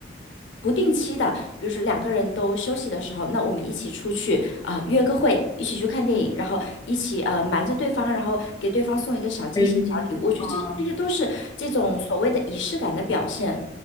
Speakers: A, on the left; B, on the left.
A: 不定期的，比如说两个人都休息的时候，那我们一起出去啊、呃约个会，一起去看电影，然后一起呃瞒着对方，然后给对方送一个小惊喜、
B: 可以去听一听啊。
A: 小礼物，我觉得这这些都是这种所谓的仪式感的表现。